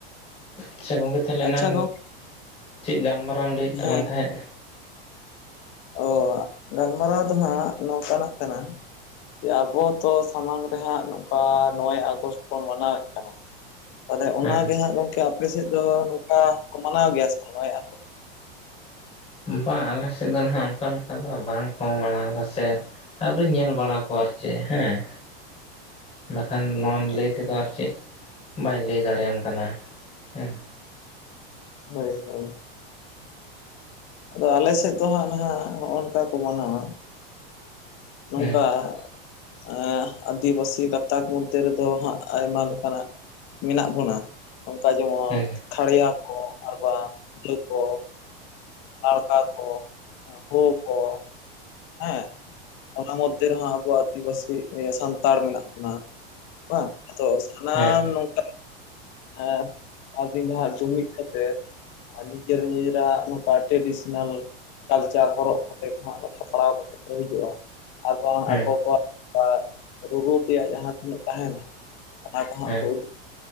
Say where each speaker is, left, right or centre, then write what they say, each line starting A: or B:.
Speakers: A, on the left (about 20°); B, on the left (about 40°).
A: ᱟᱪᱪᱷᱟ ᱜᱚᱝᱠᱮ ᱛᱟᱦᱚᱞᱮ
B: ᱟᱪᱪᱷᱟ
A: ᱮᱱᱟᱱ
B: ᱜᱚᱝᱠᱮ
A: ᱪᱮᱫ ᱜᱟᱞᱢᱟᱨᱟᱣᱮᱢ ᱞᱟᱹᱭᱮᱫ ᱛᱟᱞᱟᱝ
B: ᱦᱮᱸ
A: ᱛᱟᱦᱮᱸᱫ?
B: ᱚ ᱜᱟᱞᱢᱟᱨᱟᱣ ᱫᱚ ᱦᱟᱸᱜ ᱱᱚᱝᱠᱟᱱᱟᱜ ᱠᱟᱱᱟ ᱡᱮ ᱟᱵᱚ ᱛᱚ ᱥᱟᱢᱟᱝ ᱨᱮᱦᱟᱸᱜ ᱱᱚᱝᱠᱟ ᱱᱚᱭᱮ ᱟᱜᱚᱥᱴ ᱠᱚ ᱢᱟᱱᱟᱣᱮᱫ ᱠᱟᱱᱟ᱾ ᱛᱟᱦᱚᱞᱮ
A: ᱦᱮᱸ
B: ᱚᱱᱟᱜᱮ ᱦᱟᱸᱜ ᱜᱚᱝᱠᱮ ᱟᱯᱮ ᱥᱮᱫ ᱫᱚ ᱱᱚᱝᱠᱟ ᱠᱚ ᱢᱟᱱᱟᱣ ᱜᱮᱭᱟ ᱥᱮ ᱱᱚᱭ ᱟᱜ
A: ᱵᱟᱝ ᱟᱞᱮ ᱥᱮᱫ ᱫᱚ ᱦᱟᱜ ᱚᱱᱠᱟ ᱞᱮᱠᱟ ᱫᱚ ᱵᱟᱝᱠᱚ ᱢᱟᱱᱟᱣᱫᱟ ᱥᱮ᱾ ᱟᱣᱨᱤᱧ ᱧᱮᱞ ᱵᱟᱲᱟ ᱠᱚᱣᱟ ᱟᱨ ᱪᱮᱜ ᱦᱮᱸ᱾ ᱵᱟᱠᱷᱟᱱ ᱱᱚᱣᱟ ᱞᱟᱹᱭ ᱛᱮᱫᱚ ᱟᱨ ᱪᱮᱜ᱾ ᱵᱟᱹᱧ ᱞᱟᱹᱭ ᱫᱟᱲᱮᱭᱟᱢ ᱠᱟᱱᱟ ᱦᱮᱸ।
B: ᱦᱳᱭ ᱦᱳᱭ। ᱟᱫᱚ ᱟᱞᱮ ᱥᱮᱫ ᱫᱚ ᱦᱟᱸᱜ ᱱᱟᱦᱟᱜ ᱱᱚᱜᱼᱚ ᱱᱚᱝᱠᱟ ᱠᱚ ᱢᱟᱱᱟᱣᱟ। ᱱᱚᱝᱠᱟ
A: ᱦᱮᱸ
B: ᱮᱸ, ᱟᱹᱫᱤᱵᱟᱹᱥᱤ ᱜᱟᱛᱟᱠ ᱢᱚᱫᱽᱷᱮ ᱨᱮᱫᱚ, ᱦᱟᱸᱜ ᱟᱭᱢᱟ ᱞᱮᱠᱟᱱᱟᱜ। ᱢᱮᱱᱟᱜ ᱵᱚᱱᱟ ᱚᱱᱠᱟ ᱡᱮᱢᱚᱱ।
A: ᱦᱮᱸ
B: ᱠᱷᱟᱲᱭᱟ ᱠᱚ, ᱟᱨ ᱵᱟᱝ ᱤᱭᱟᱹ ᱠᱚ ᱞᱟᱲᱠᱟ ᱠᱚ ᱦᱳ ᱠᱚ ᱦᱮᱸ। ᱚᱱᱟ ᱢᱚᱫᱽᱫᱷᱮ ᱨᱮᱦᱚᱸ ᱟᱵᱚ ᱟᱹᱫᱤᱵᱟᱹᱥᱤ ᱥᱟᱱᱛᱟᱲ ᱢᱮᱱᱟᱜ ᱵᱚᱱᱟ ᱵᱟᱝ ᱟᱫᱚ। ᱥᱟᱱᱟᱢ
A: ᱦᱮᱸ
B: ᱱᱚᱝᱠᱟ ᱮᱸ, ᱥᱟᱨᱟᱫᱤᱱ ᱫᱚ ᱦᱟᱸᱜ, ᱡᱩᱢᱤᱫ ᱠᱟᱛᱮᱜ ᱟᱹᱰᱤ ᱜᱮ ᱧᱤᱨᱟ ᱱᱚᱝᱠᱟ ᱴᱮᱰᱤᱥᱚᱱᱟᱞ। ᱠᱟᱞᱪᱟᱨ ᱦᱚᱨᱚᱜ ᱠᱟᱛᱮ ᱜᱮ ᱦᱟᱸᱜ ᱥᱟᱯᱲᱟᱣ ᱠᱟᱛᱮ ᱠᱚ ᱦᱤᱡᱩᱜᱼᱟ ᱟᱨ ᱵᱟᱝ
A: ᱦᱮᱸ
B: ᱟᱠᱚ ᱠᱚᱣᱟᱜ। ᱵᱟ, ᱨᱩᱨᱩ ᱛᱮᱭᱟᱜ ᱡᱟᱦᱟᱸ ᱛᱤᱱᱟᱹᱜ ᱛᱟᱦᱮᱱᱟ, ᱚᱱᱟ ᱠᱚ ᱦᱟᱸᱜ
A: ᱦᱮᱸ
B: ᱠᱚ ᱩᱫᱩᱜ